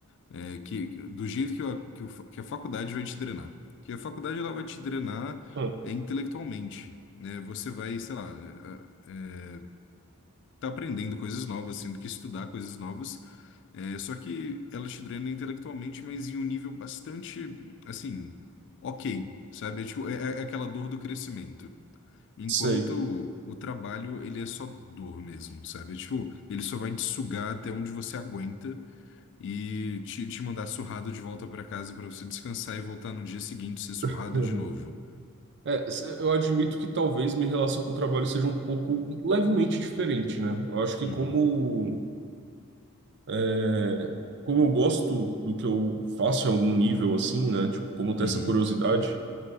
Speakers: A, on the left; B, on the right.
A: é, que, do jeito que, a- que, o fa- que a faculdade vai te drenar. Que a faculdade, ela vai te drenar
B: Hum,
A: é, intelectualmente, né? Você vai, sei lá, é, é, tá aprendendo coisas novas, tendo que estudar coisas novas, É, só que ela te drena intelectualmente, mas em um nível bastante, assim, ok, sabe? É, tipo, é, é é aquela dor do crescimento. Enquanto
B: sei.
A: o trabalho, ele é só dor mesmo, sabe? É, tipo, ele só vai te sugar até onde você aguenta e te, te mandar surrado de volta pra casa pra você descansar e voltar no dia seguinte ser surrado
B: <laughs>
A: de novo.
B: É, se- eu admito que talvez minha relação com o trabalho seja um pouco um- levemente diferente, né? Eu acho que
A: Uhum,
B: como é, como eu gosto do que eu faço em algum nível assim, né? Tipo, como eu tenho
A: uhum.
B: essa curiosidade,